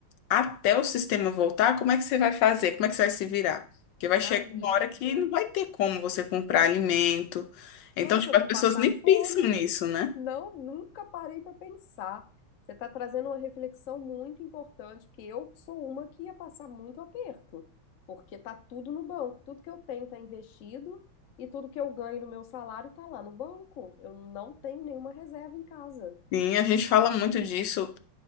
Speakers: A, on the left; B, on the left.
A: até o sistema voltar, como é que você vai fazer? Como é que você vai se virar? Porque vai chegar
B: Amiga,
A: uma hora que não vai ter como você comprar alimento. Então,
B: nossa,
A: tipo,
B: eu vou
A: as pessoas
B: passar
A: nem
B: fome.
A: pensam nisso, né?
B: Não, nunca parei para pensar. Você está trazendo uma reflexão muito importante, porque eu sou uma que ia passar muito aperto, porque tá tudo no banco, tudo que eu tenho está investido e tudo que eu ganho no meu salário está lá no banco. Eu não tenho nenhuma reserva em casa.
A: Sim, a gente fala muito disso.